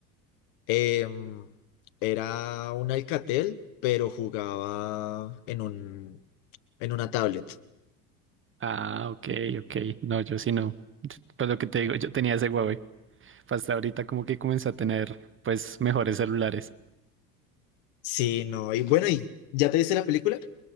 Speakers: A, on the left; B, on the right.
A: Em, era un Alcatel, pero jugaba en un, en una tablet.
B: Ah, ok, ok. No, yo sí no. Pues lo que te digo, yo tenía ese Huawei. Pues Hasta ahorita como que comencé a tener pues mejores celulares.
A: Sí, no, y bueno, ¿y ya te viste la película?